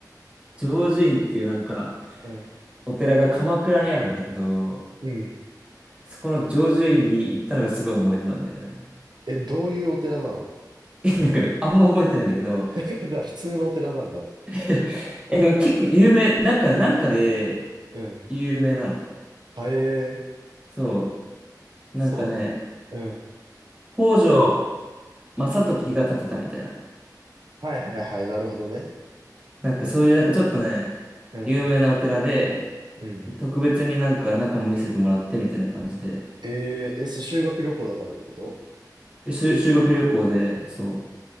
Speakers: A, on the right (about 15°); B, on the right (about 80°).
A: 成就院っていうなんか、
B: うん、
A: お寺が鎌倉にあるんだけど、
B: うん。
A: そこの常住院に行ったのがすごい思い出なんだよね。
B: え、どういうお寺なの
A: <laughs> え、なんかね、あんま覚えてないんだけど、
B: <laughs> じゃあ <laughs> 普通のお寺なんだ。
A: いや、え、でも結構有名、なんかね、なんかで
B: うん。
A: 有名なの。
B: あええ
A: そう。
B: そう。
A: なんかね、
B: うん。
A: 北条正時が建てたみたいな。
B: はいはいはい、なるほどね。
A: なんかそういう、なんかちょっとね、
B: うん、
A: 有名なお寺で、
B: うん。
A: 特別になんか中も見せてもらってみたいな感じで、
B: えー、え、そ修学旅行だからってこと
A: え修修学旅行で、そう。